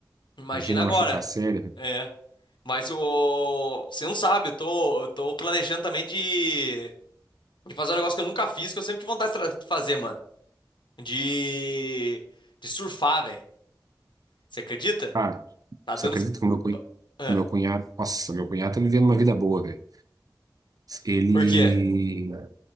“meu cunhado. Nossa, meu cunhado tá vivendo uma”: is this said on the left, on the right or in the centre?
Right